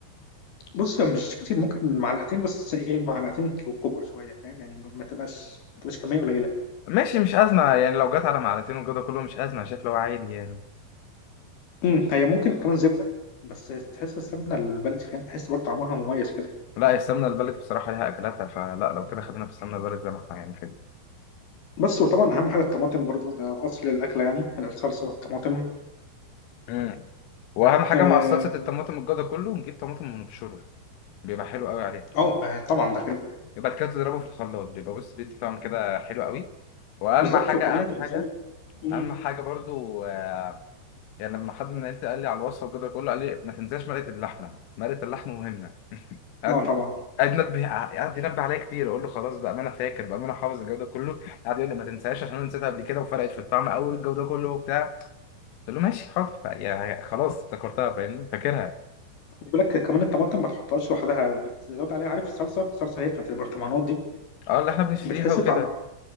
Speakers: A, on the left; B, on the left.
A: بص مش كتير ممكن معلقتين بس إيه معلقتين ك- كبار شوية فاهم يعني ما تبقاش ما تبقاش كمية قليلة
B: ماشي مش ازمه يعني لو جت على معلقتين والجو ده كله مش ازمه شايف لو عادي يعني
A: أمم، هي ممكن كمان زبدة بس تحس السمنة البلدي فاهم تحس برضه طعمها مميز كده
B: لا يا السمنة البلدي بصراحة ليها أكلاتها فلا لو كده خلينا في السمنة البلدي زي ما احنا يعني كده
A: بس وطبعا أهم حاجة الطماطم برضه ده أصل الأكلة يعني الصلصة والطماطم
B: امم وأهم حاجة
A: آه
B: مع صلصة الطماطم الجودة كله نجيب طماطم ونبشره بيبقى حلو قوي عليه
A: آه، آه، طبعا ده كده
B: يبقى بعد كده تضربه في الخلاط بيبقى بص بيدي طعم كده حلو قوي وأهم
A: بالظبط
B: حاجة
A: وكمان
B: أهم
A: أنت بتزود
B: حاجة
A: أمم،
B: أهم حاجة برضو آه، يعني لما حد من عيلتي قال لي على الوصفه وكده كله قال لي ما تنساش مرقه اللحمه مرقه اللحمه مهمه <laughs> قعد
A: اه طبعا
B: قعد ينبه قعد ينبه عليا كتير اقول له خلاص بقى ما انا فاكر بقى ما انا حافظ الجو ده كله قعد يقول لي ما تنساش عشان انا نسيتها قبل كده وفرقت في الطعم قوي الجو ده كله وبتاع قلت له ماشي حاضر ف- يعني خلاص افتكرتها فاهمني فاكرها
A: خد بالك كمان الطماطم ما تحطهاش لوحدها بتزود عليها عارف الصلصه الصلصه اللي هي بتاعت البرطمانات دي
B: اه اللي احنا بنشتريها
A: بتحس
B: وكده
A: طعم